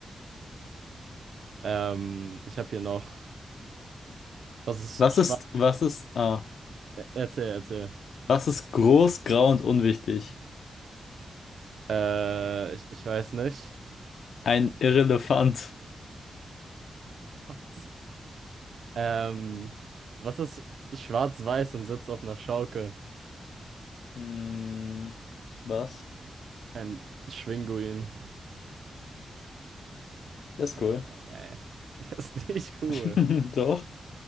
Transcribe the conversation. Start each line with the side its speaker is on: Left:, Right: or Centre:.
Right: Ähm, ich habe hier noch, was ist
Left: Was
Right: Schwanz?
Left: ist, was ist, ah,
Right: Er- Erzähl, erzähl.
Left: was ist groß, grau und unwichtig?
Right: Äh, ich, ich weiß nicht.
Left: Ein Irrelefant.
Right: Gott, Ähm, was ist schwarz-weiß und sitzt auf einer Schaukel?
Left: Hm, was?
Right: Ein Schwinguin.
Left: Der ist
Right: Eieiei.
Left: cool.
Right: <laughs> Das ist nicht cool.
Left: <laughs> Doch.